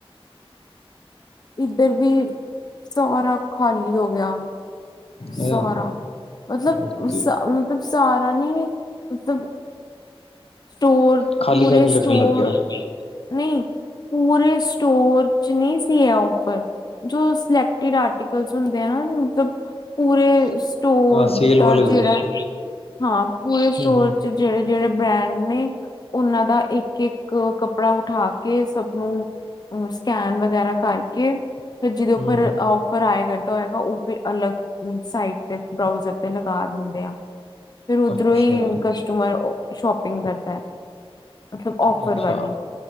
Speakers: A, on the left; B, on the left.
A: ਇੱਧਰ ਵੀ ਸਾਰਾ ਖਾਲੀ ਹੋ ਗਿਆ।
B: ਹੈਂ
A: ਸਾਰਾ ਮਤਲਬ
B: ਉਤੇ
A: ਸਾ ਮਤਲਬ ਸਾਰਾ ਨੀ ਮਤਲਬ ਸਟੋਰ ਪੂਰੇ
B: ਖਾਲੀ ਖਾਲੀ
A: ਸਟੋਰ
B: ਲੱਗਣ ਲੱਗ ਗਿਆ
A: ਨਹੀਂ, ਪੂਰੇ ਸਟੋਰ ਚ ਨਹੀਂ ਸੀ ਇਹ ਏਵੇ ਆਫਰ ਜੋ ਸੈਲਕਟ ਕਿਹੜਾ ਆਰਟੀਕਲਸ? ਹੁੰਦੇ ਆ ਨਾ ਮਤਲਬ ਪੂਰੇ ਸਟੋਰ
B: ਅ ਸੇਲ
A: ਦਾ
B: ਵਾਲੇ ਹੋ
A: ਜੇੜਾ
B: ਗਏ
A: ਹਾਂ ਪੂਰੇ ਸਟੋਰ
B: ਹਮ
A: ਚ ਜੇੜੇ-ਜੇੜੇ ਬ੍ਰਾਂਡ। ਨੀ ਉਹਨਾਂ ਦਾ ਇੱਕ-ਇੱਕ ਕੱਪੜਾ ਉਠਾ ਕੇ ਸਭ ਨੂੰ ਸਕੈਨ ਵਗੈਰਾ ਕਰਕੇ ਫਿਰ ਜਿਹਦੇ
B: ਹਮ
A: ਉੱਪਰ
B: ਹਮ
A: ਆਫਰ ਆਏਗਾ ਉਹ ਫਿਰ ਅਲੱਗ ਸਾਈਡ 'ਤੇ ਬਰਾਊਜ਼ਰ ਤੇ ਲਗਾ ਦਿੰਦੇ ਆ। ਫਿਰ ਉੱਧਰੋਂ
B: ਅੱਛਾ
A: ਹੀ ਕਸਟਮਰ ਸ਼ੋਪ ਪਿੰਨ ਕਰਦਾ ਹੈ। ਮਤਲਬ ਔਫਰ
B: ਅੱਛਾ,
A: ਵਾਲੀ